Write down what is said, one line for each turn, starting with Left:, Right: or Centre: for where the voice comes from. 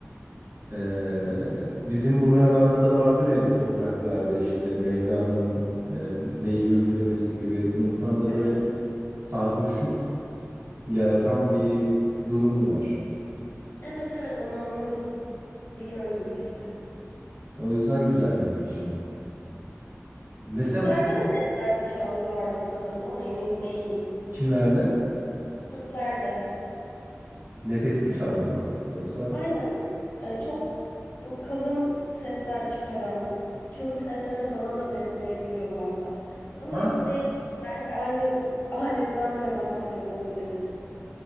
Right: Ee, bizim buralarda da vardır ya bu topraklarda işte Mevlana'nın e, neyi üflemesi gibi insanda
Left: Evet.
Right: böyle sarhoşluk yaratan bir durum var.
Left: Evet evet onu anladım. Biliyorum o hissi.
Right: O yüzden güzel benim için. Mesela
Left: Türklerde
Right: bu
Left: de benzer bir çalgı vardı sanırım ama emin değilim.
Right: kimlerde?
Left: Türklerde.
Right: Nefesli bir çalgı mı? Yoksa
Left: Aynen e, çok bu kalın sesler çıkaran, çığlık seslerine falan da benzeyebiliyor bazen. Ama
Right: Ha.
Left: emin değilim. Belki aynı aletten bile bahsediyor olabiliriz.